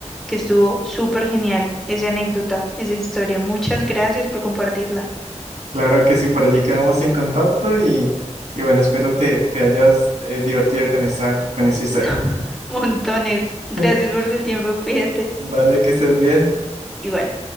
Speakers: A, in the centre; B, on the right (about 80°).
A: que estuvo súper genial esa anécdota, esa historia. Muchas gracias por compartirla.
B: Claro que sí, por allí quedamos en contacto y, y bueno, espero te, te hayas eh, divertido con esa, con esa historia.
A: <laughs> Montones.
B: <laughs>
A: Gracias por tu tiempo, cuídate.
B: Vale, que estés bien.
A: Igual.